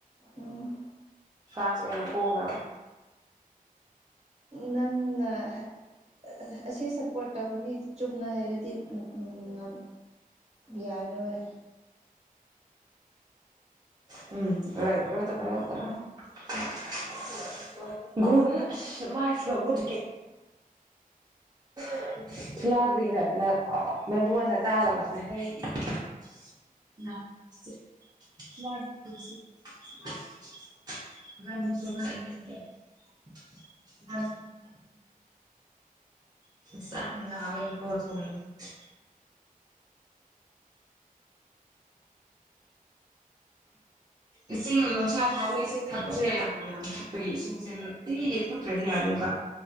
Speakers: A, on the right; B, on the right.
A: ꯎꯝ
B: ꯐ꯭ꯔꯥꯟꯁ ꯑꯣꯏꯅ ꯄꯣꯛꯈ꯭ꯔꯕ
A: ꯅꯪꯅ ꯍ ꯑꯁꯤ ꯁꯞꯄꯣꯔꯠ ꯇꯧꯒꯅꯤ ꯆꯨꯝꯅ ꯍꯥꯏꯔꯗꯤ ꯎꯝ ꯉꯝ ꯌꯥꯔꯣꯏ
B: ꯎꯝ <unintelligible> <unintelligible> <unintelligible> <unintelligible> <unintelligible> <unintelligible> ꯏꯁꯤꯡ ꯅꯨꯡꯁꯥ ꯁꯥꯕꯒ ꯏꯁꯤꯡ ꯊꯛꯄꯁꯦ ꯌꯥꯝ ꯌꯥꯝ ꯊꯛꯄꯩ ꯏꯁꯤꯡꯁꯦ ꯅꯨꯡꯇꯤꯒꯤ ꯍꯨꯠꯇ꯭ꯔꯗꯤ ꯌꯥꯗ꯭ꯔꯦꯕ